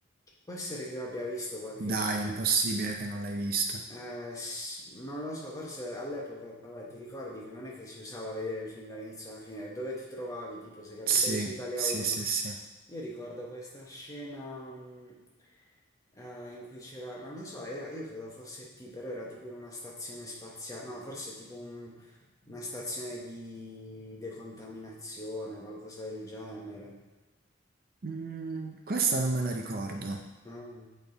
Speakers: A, on the left; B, on the right.
A: Può essere che io abbia visto qualche
B: Dai,
A: scena.
B: è impossibile che non l'hai visto.
A: Eh, s- non lo so, forse all'epoca, vabbè, ti ricordi che non è che si usava vedere il film dall'inizio alla fine, dove ti trovavi, tipo se capitavi
B: Sì,
A: su Italia
B: sì,
A: 1.
B: sì, sì.
A: Io ricordo questa scena mh, eh, in cui c'era, non lo so, era, io credo fosse T, però era tipo una stazione spaziale, no, forse tipo un- una stazione di decontaminazione, qualcosa del genere.
B: Mm, questa non me la ricordo,
A: No?